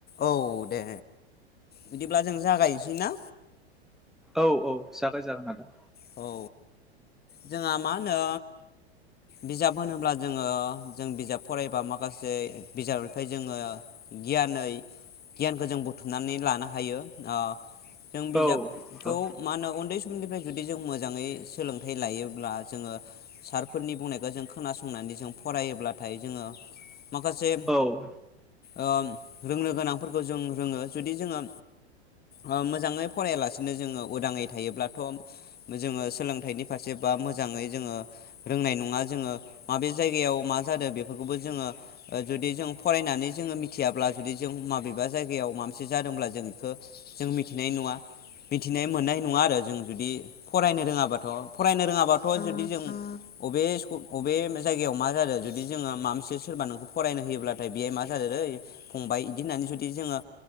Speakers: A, on the left; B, in the centre.
A: औ दे। बिदिब्ला जों जागायनोसै ना?
B: औ औ जागाय जागोन आदा।
A: औ जोंहा मा होनो बिजाब होनोब्ला जोङो जों बिजाब फरायबा माखासे बिजाबनिफ्राय जोङो गियानैै गियानखौ जों बुथुमनानै लानो हायो आ जों बिजाबखौ
B: औ औ
A: मा होनो उन्दै निफ्राय जुदि जों मोजाङै सोलों है लायोब्ला जोङो सारफोरनि बुंनायखौ जों खोनासंनानै जों फरायोब्लाथाय जोङो माखासे
B: औ औ
A: आ रोंनो गोनांफोरखौ जों रोङो जुदि जोङो ओ मोजाङै फरायालासे नो जोङो उदाङै थायोब्लाथ' जोङों सोंथाइनि फारसे बा मोजाङै जोङो रोंनाय नङा जोङो माबे जायगायाव मा जादो बेफोरखौबो जोङो जुदि जों फरायनानै जोङो मिथियाब्ला जुदि जों माबेबा जायगायाव माबा मोनसे जादोंब्ला जों बेखौ जों मिथिनाय नङा मि थिनाय मोननाय नङा आरो जों जुदि फरायनो रोङाबाथ' फरायनो रोङाबाथ' जुदि जों अबे स्कु अबे जायगायाव मा जादो जुदि जोङो माबा मोनसे सोरबा नोंखौ फरायनो होयोब्लाथाय बेयो मा जादो दै फंबाय इदि होननानै जुदि जोङो